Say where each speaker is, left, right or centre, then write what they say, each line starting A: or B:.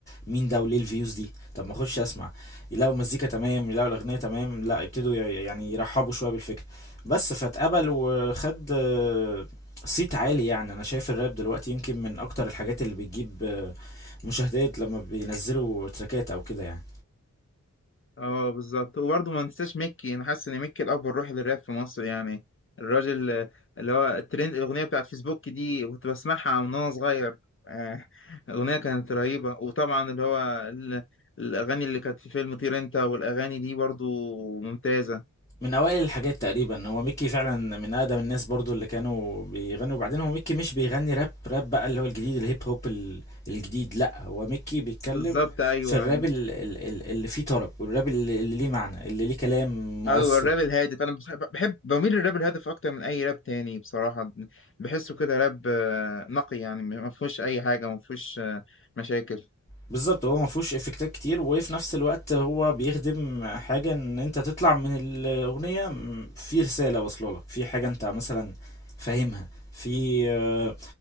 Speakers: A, on the left; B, on the left.
A: مين ده وليه الفيوز دي طب ما اخش اسمع يلاقوا مزيكا تمام يلاقوا الاغنيه تمام لا يبتدوا ي- يعني يرحبوا شويه بالفكره بس فاتقبل وخد آه، صيت عالي يعني انا شايف الراب دلوقتي يمكن من اكتر الحاجات اللي بتجيب آه، مشاهدات لما بينزلوا تراكات او كده يعني
B: اه بالظبط وبرضه ما ننساش ميكي انا حاسس ان ميكي الاب الروحي للراب في مصر يعني الراجل اللي هو الترند الاغنيه بتاعت فيسبوك دي كنت بسمعها من وانا صغير آه، الاغنيه كانت رهيبه وطبعا اللي هو ال- الاغاني اللي كانت في فيلم طير انت والاغاني دي برضه ممتازه
A: من اوائل الحاجات تقريبا هو ميكي فعلا من اقدم الناس برضو اللي كانوا بيغنوا وبعدين هو ميكي مش بيغني راب راب بقى اللي هو الجديد الهيب هوب ال- الجديد لا هو ميكي بيتكلم
B: بالظبط ايوه
A: في الراب ال- ال- ال- اللي فيه طرب والراب اللي اللي ليه معنى اللي ليه كلام مؤثر
B: ايوه الراب الهادف انا بصح- بحب بميل للراب الهادف اكتر من اي راب تاني بصراحه بحسه كده راب آه، نقي يعني ما فيهوش اي حاجه ما فيهوش آه، مشاكل
A: بالظبط هو ما فيهوش افكتات كتير وفي نفس الوقت هو بيخدم حاجة ان انت تطلع من الاغنية م- في رسالة واصله لك في حاجة انت مثلا فاهمها في آه،